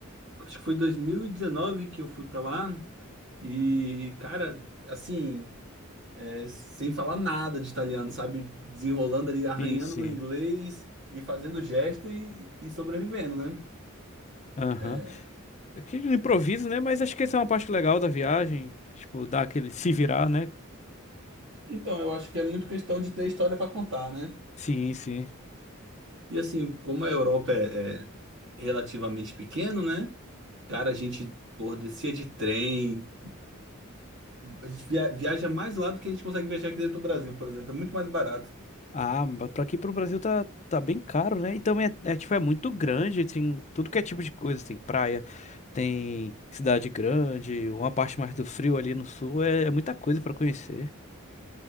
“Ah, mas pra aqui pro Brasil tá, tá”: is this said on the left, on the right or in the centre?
Left